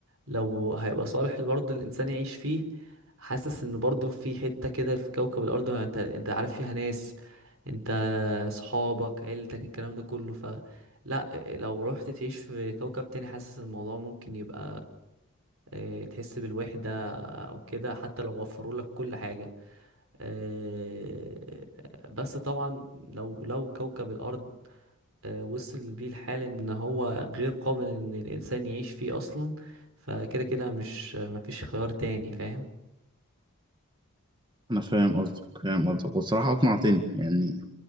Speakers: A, on the right (about 65°); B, on the right (about 20°).
A: لو هيبقى صالح برضه الإنسان يعيش فيه حاسس إن برضه في حتة كده في كوكب الأرض أنت أنت عارف فيها ناس أنت صحابك عيلتك الكلام ده كله ف لأ لو رحت تعيش في كوكب تاني حاسس الموضوع ممكن يبقى آه، تحس بالوحدة أو كده حتى لو وفروا لك كل حاجة آه، بس طبعا لو لو كوكب الأرض آه، وصل بيه الحال ان هو غير قابل ان الانسان يعيش فيه اصلا فكده كده مش مفيش خيار تاني فاهم
B: انا فاهم قصدك فاهم قصدك والصراحه اقنعتني يعني